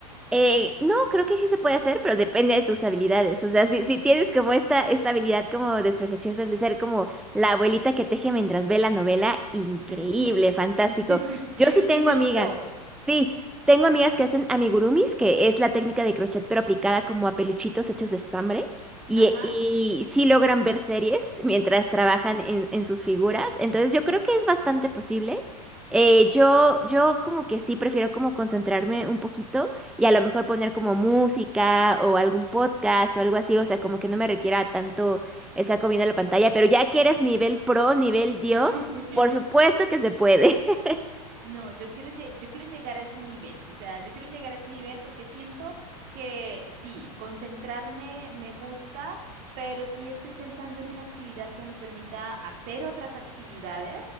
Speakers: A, in the centre; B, on the right (about 45°).
A: Eh, no, creo que sí se puede hacer, pero depende de tus habilidades. O sea, si, si
B: Ujú,
A: tienes como esta, esta habilidad como de especialización de ser como la abuelita que teje mientras ve la novela, increíble,
B: Sí.
A: fantástico.
B: <laughs>
A: Yo
B: Eso
A: sí
B: es
A: tengo
B: nivel
A: amigas.
B: pro.
A: Sí, tengo amigas que hacen amigurumis, que es la técnica de crochet pero aplicada como a peluchitos hechos de estambre. Y,
B: Ajá.
A: y sí logran ver series mientras trabajan
B: Ujú.
A: en, en sus figuras. Entonces yo creo que es bastante posible. Eh, yo, yo como que sí prefiero como concentrarme un poquito y a lo mejor poner como música o algún podcast o algo así, o sea, como que no me requiera tanto estar comiendo la pantalla, pero ya que eres nivel pro, nivel Dios,
B: <laughs>
A: por supuesto que se puede. <laughs>
B: No, yo quiero, lle- yo quiero llegar a ese nivel, o sea, yo quiero llegar a ese nivel porque siento que sí, concentrarme me gusta, pero sí estoy pensando en una actividad que me permita hacer otras actividades,